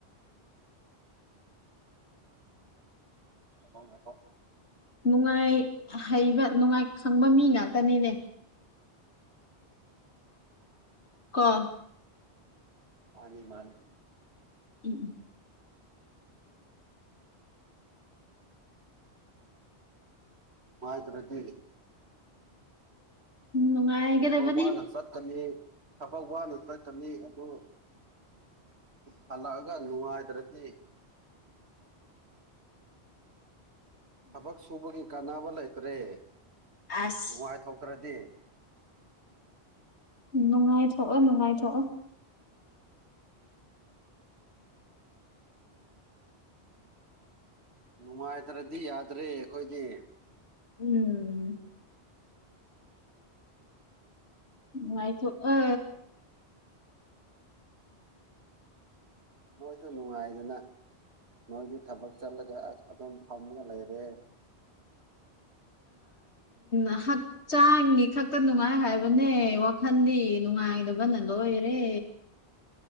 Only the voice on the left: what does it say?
ꯅꯨꯡꯉꯥꯏ ꯍꯩꯕ ꯅꯨꯡꯉꯥꯏ ꯈꯪꯕ ꯃꯤ ꯉꯥꯛꯇꯅꯤꯅꯦ ꯀ
ꯎꯝ ꯎꯝ
ꯎꯝ ꯅꯨꯡꯉꯥꯏꯒꯗꯕꯅꯤ
ꯑꯁ
ꯅꯨꯡꯉꯥꯏꯊꯣꯛꯑꯣ ꯅꯨꯡꯉꯥꯏꯊꯣꯛꯑꯣ
ꯎꯝ ꯅꯨꯉꯥꯢ ꯊꯣꯛ ꯑ
<inaudible> ꯑ ꯍꯛꯆꯥꯡꯒꯤ ꯈꯛꯇ ꯅꯨꯡꯉꯥꯏ ꯍꯥꯏꯕꯅꯦ ꯋꯥꯈꯜꯗꯤ ꯅꯨꯡꯉꯥꯏ ꯏ ꯟ ꯂꯣꯔꯦ